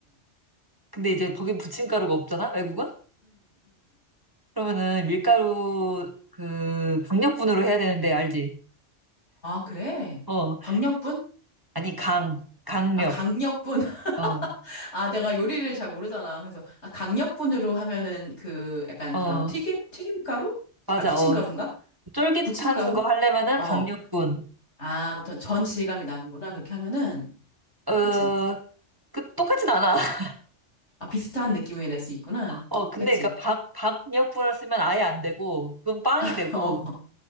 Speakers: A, on the right; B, on the left.
A: 근데 이제 거긴 부침가루가 없잖아, 외국은? 그러면은 밀가루 그 강력분으로 해야 되는데 알지?
B: 그래
A: 어,
B: 박력분?
A: 아니 강, 강력.
B: 아 강력분 <laughs>
A: 어,
B: 아 내가 요리를 잘 모르잖아 그래서 아 강력분으로 하면은 그 약간
A: 어,
B: 그런 튀김 튀김가루?
A: 맞아.
B: 아 부침가루인가?
A: 어, 쫄깃한
B: 부침가루?
A: 거 하려면은
B: 어,
A: 강력분.
B: 아, 아무튼 전 질감이 나는구나. 그렇게 하면은.
A: 어,
B: 그치?
A: 그 똑같진 않아. <laughs>
B: 아, 비슷한 느낌이 낼 수 있구나.
A: 어, 근데
B: 그치?
A: 그러니까 박 박력분을 쓰면 아예 안 되고 그건 빵이
B: <laughs>
A: 되고.
B: 어.